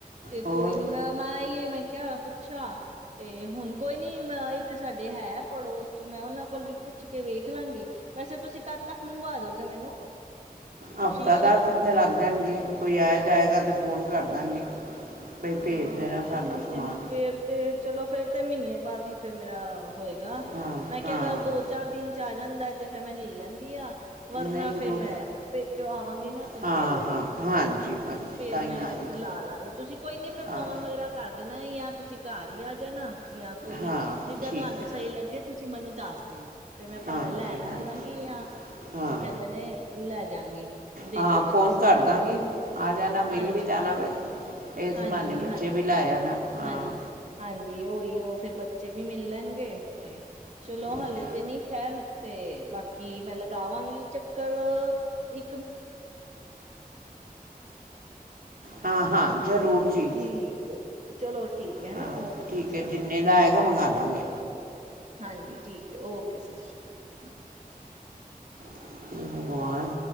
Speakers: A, on the right; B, on the right.
A: ਤੇ
B: ਹੋਰ
A: ਕੋਈ ਨੀ ਮੈਂ ਮੈਂ ਮੈਂ ਆ ਪੂਛਾ ਤੇ ਹੁਣ ਕੋਈ ਨੀ ਮੈਂ ਇੱਕ ਸਾਡੇ ਹੈ ਪੜੋਸ ਚ ਮੈਂ ਉਹਨਾਂ ਕੋਲ ਵੀ ਪੁੱਛ ਕੇ ਵੇਖ ਲਾਂਗੀ, ਵੈਸੇ ਤੁਸੀਂ ਕਦ ਤੱਕ ਮੰਗਵਾ ਦੋਗੇ ਮੈਨੂੰ
B: ਹਫ਼ਤਾ
A: ਸ਼ੀਸ਼ੀ
B: ਦੱਸ ਦਿਨ ਤੇ ਲੱਗ ਜਾਣਗੇ, ਕੋਈ ਆਏ ਜਾਏਗਾ ਤੇ ਫ਼ੋਨ ਕਰ ਦਾਂਗੀ। ਬਈ
A: ਚਲੋ
B: ਭੇਜ ਦੇਣਾ
A: ਹਫ਼ਤਾ
B: ਸਾਨੂੰ
A: ਦਸ
B: ਸਮਾਨ
A: ਦਿਨ ਫੇਰ ਤੇ ਚਲੋ ਫੇਰ ਤੇ ਮਹੀਨੇ ਬਾਅਦ ਹੀ ਫੇਰ ਮੇਰਾ ਹੋਏ ਗਾ
B: ਹਾਂ
A: ਮੈਂ ਕਿਹਾ
B: ਹਾਂ
A: ਅਗਰ ਦੋ ਚਾਰ ਦਿਨ ਚ ਆ ਜਾਂਦਾ ਫਿਰ ਮੈਂ ਲੈ ਲੈਂਦੀ ਆ ਵਰਨਾ,
B: ਨਹੀਂ
A: ਫੇਰ
B: ਦੋ
A: ਮੈਂ ਪੇਕਿਓ ਆਵਾਂਗੀ ਨਾ ਤੇ
B: ਹਾਂ
A: ਫੇਰ
B: ਹਾਂ ਹਾਂਜੀ ਹਾਂਜੀ
A: ਫੇਰ
B: ਤਾਂ ਹੀ
A: ਮੈਂ
B: ਆਏਗਾ
A: ਲਾ ਲਵਾਂਗੀ ਤੁਸੀਂ ਨਈ ਫਿਰ ਫੋਨ
B: ਹਾਂ
A: ਵਗੈਰਾ ਕਰਦੇ ਨਾ ਨਹੀਂ ਆ ਤੁਸੀਂ ਘਰ ਹੀ ਆ ਜਾਣਾ ਜਾਂ ਕੋਈ ਨੀ
B: ਹਾਂ
A: ਜਿੱਦਾਂ
B: ਠੀਕ
A: ਤੁਹਾਨੂੰ
B: ਹੈ
A: ਸਹੀ ਲੱਗਗੇ ਤੁਸੀਂ ਮੈਨੂੰ ਦੱਸ ਦੇਣਾ। ਫਿਰ ਮੈਂ ਭਾਵੇਂ
B: ਹਾਂਜੀ
A: ਲੈਣ ਆ
B: ਹਾਂਜੀ
A: ਜਾਵਾਂਗੀ ਜਾਂ
B: ਹਾਂ
A: ਕੀ ਕਹਿੰਦੇ ਨੇ ਲੈ ਜਾਂਗੀ ਦੇ
B: ਹਾਂ
A: ਜਾਣਾ
B: ਫੋਨ
A: ਤੁਸੀਂ
B: ਕਰ
A: ਹਨਾ
B: ਦਾਂਗੀ ਆ ਜਾਣਾ
A: ਹਾਂਜੀ
B: ਮਿਲ ਵੀ ਜਾਣਾ ਵੇ ਇਸ
A: ਹਾਂਜੀ
B: ਬਹਾਨੇ ਬੱਚੇ
A: ਹਾਂ
B: ਵੀ ਲਾਇਆ ਨਾ ਹਾਂ
A: ਹਾਂਜੀ ਹਾਂਜੀ। ਜ ਉਹੀ ਏ ਉਹ ਫੇਿਰ ਬੱਚੇ ਵੀ ਮਿਲ ਲੈਣਗੇ ਤੇ ਚਲੋ
B: ਓਕੇ
A: ਹਲੇੇ ਤੇ ਨੀ ਖੈਰ ਤੇ ਬਾਕੀ ਮੈਂ ਲਗਾਵਾਂਗੀ ਚੱਕਰ ਤੇ
B: ਹਾਂ ਹਾਂ ਜ਼ਰੂਰ। ਜੀ
A: ਠੀਕ ਹੈ ਠੀਕ ਹੈ। ਚਲੋ ਠੀਕ ਹੈ ਹਨਾ।
B: ਹਾਂ
A: ਓਕੇ
B: ਠੀਕ
A: ਜੀ। ਸਤਿ
B: ਹੈ ਜਿੰਨੇ
A: ਸ੍ਰੀ ਅਕਾਲ
B: ਦਾ ਆਏਗਾ ਮੰਗਾ
A: ਹਾਂਜੀ
B: ਲਾਂਗੇ
A: ਹਾਂਜੀ ਠੀਕ ਹੈ। ਓਕੇ। ਸਤਿ ਸ੍ਰੀ ਅਕਾਲ
B: <unintelligible> ਭਗਵਾਨ